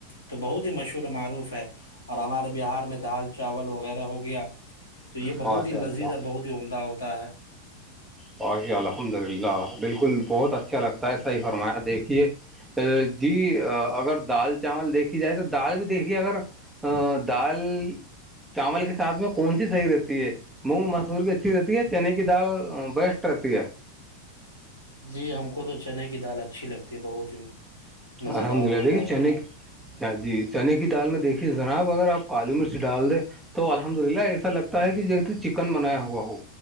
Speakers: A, on the left (about 75°); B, in the centre.
A: تو بہت ہی مشہور شر معروف ہے اور ہمارے بہار میں دال چاول وغیرہ ہو گیا تو یہ بہت
B: ماشاء
A: ہی لذیذ
B: اللہ
A: اور بہت ہی عمدہ ہوتا ہے
B: بقی الحمد للہ بالکل بہت اچھا لگتا ہے صحیح فرمایا دیکھیے جی اگر دال چاول دیکھیھی جائے تو دال بھی دیکھیے اگر <unintelligible> چاول کے سھ میں کون سی صحیح رہتی ہے مونگ مسور کی اچھی رہتی ہے چنے کی دال بیسٹر ہے
A: جی ہم کو تو چنے کی دال اچھی لگتی ہے بہت ہی مزیدار
B: الحمد للہ
A: ہوتا
B: دیکھیے
A: ہے
B: چنک
A: جناب
B: جی چنے کی دال میں دیکھیے جناب اگر آپ کالی مرچ ڈال دیں تو الحمد للہ ایسا لگتا ہے کہ جیسے چکن بنایا ہوا ہو